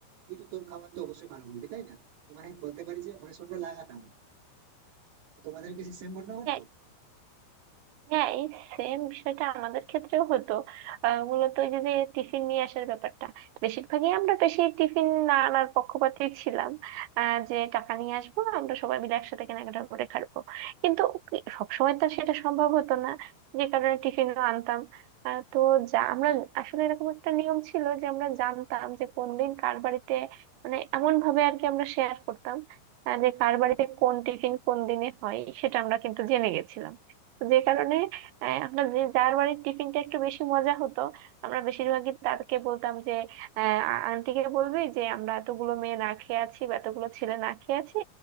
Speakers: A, on the right; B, on the right.
A: তুই তো তোর খাবার তো অবশ্যই ভালো বলবি তাই না তোমার আমি বলতে পারি যে অনেক সময় আমরা লাগাতাম তোমাদের কি সেম ঘটনা করতো
B: হ্যাঁ হ্যাঁ এই সেম বিষয়টা আমাদের ক্ষেত্রেও হতো আহ, মূলত ওই যে যে টিফিন নিয়ে আসার ব্যাপারটা বেশিরভাগই আমরা বেশি টিফিন না আনার পক্ষপাতী ছিলাম আহ, যে টাকা নিয়ে আসবো আমরা সবাই মিলে একসাথে কেনাকাটা করে খাবো কিন্তু কি- সবসময় তো আর সেটা সম্ভব হতো না যে কারণে টিফিনও আনতাম আহ, তো যা আমরা আসলে এরকম একটা নিয়ম ছিল যে আমরা জানতাম যে কোন দিন কার বাড়িতে মানে এমন ভাবে আর কি আমরা শেয়ার করতাম আহ, যে কার বাড়িতে কোন টিফিন কোন দিনে হয় সেটা আমরা কিন্তু জেনে গেছিলাম তো যে কারণে আহ, আমরা যে যার বাড়ির টিফিনটা একটু বেশি মজা হতো আমরা বেশিরভাগই তাকে বলতাম যে আহ, আ- আন্টিকে বলবি যে আমরা এতগুলো মেয়ে না খেয়ে আছি বা এতগুলো ছেলে না খেয়ে আছি